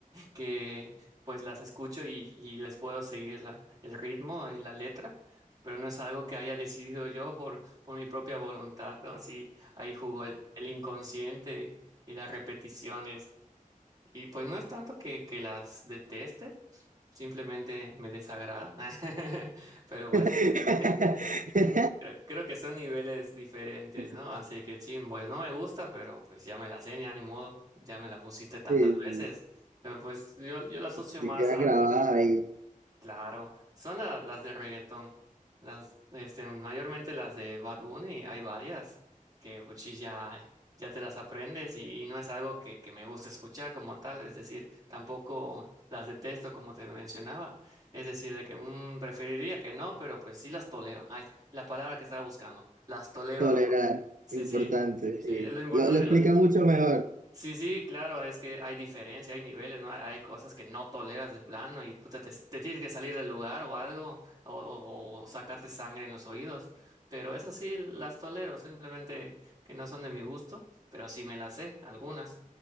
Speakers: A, on the right (about 25°); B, on the right (about 65°).
A: <laughs> que pues las escucho y, y les puedo seguir la, el ritmo y la letra. Pero no es algo que haya decidido yo por, por mi propia voluntad, ¿no? Sí, ahí jugó el, el inconsciente y las repeticiones. Y pues no es tanto que, que las deteste, simplemente me desagrada. <laughs> Pero pues
B: <laughs>
A: <laughs> creo, creo que son niveles diferentes,
B: <laughs>
A: ¿no? Así que chin, pues no me gusta, pero pues ya me la sé, ya ni modo, ya me la pusiste tantas
B: Sí,
A: veces.
B: sí,
A: Pero, pues yo, yo la asocio
B: se
A: más
B: queda
A: a,
B: grabada ahí.
A: Claro, son la- las de reggaetón. Las, este, mayormente las de Bad Bunny, hay varias que pues, sí, ya, ya te las aprendes y, y no es algo que, que me gusta escuchar como tal, es decir, tampoco las detesto como te mencionaba, es decir, de que mm, preferiría que no, pero pues sí las tolero. Ahí está, la palabra que estaba buscando, las tolero,
B: Tolerar,
A: ¿no? Sí,
B: importante.
A: sí, sí,
B: sí.
A: lo importante
B: Lo, lo explica mucho mejor.
A: Sí, sí, claro, es que hay diferencia, hay niveles, ¿no? Hay cosas que no toleras de plano y tú te, te- te tienes que salir del lugar o algo, o, o- o sacarte sangre en los oídos. Pero eso sí, las tolero, simplemente que no son de mi gusto, pero sí me las sé, algunas.